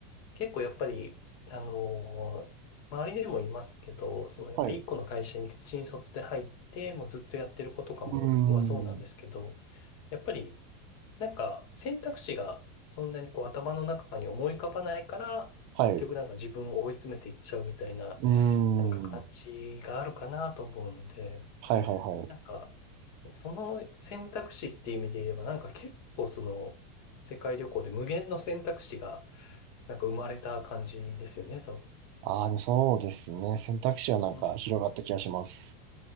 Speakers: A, on the left (about 60°); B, on the right (about 60°).
A: 結構やっぱり、あのー周りでもいますけど、その、やっぱ一個の会社に新卒で入って、
B: はい。う
A: もうずっとやってる子とかも、
B: ーん。
A: はそうなんですけど、やっぱり、なんか選択肢がそんなにこう頭の中に思い浮かばないから、
B: はい。
A: 結局なんか自分を追い詰めていっちゃうみたいな、
B: うーん。
A: なんか感じがあるかなと思うので、
B: はいはいはい。
A: なんか、その選択肢っていう意味で言えば、なんか結構その、世界旅行で無限の選択肢が、なんか生まれた感じですよね、多分。
B: ああ、でもそうですね。選択肢はなんか広がった気がします。
A: うん。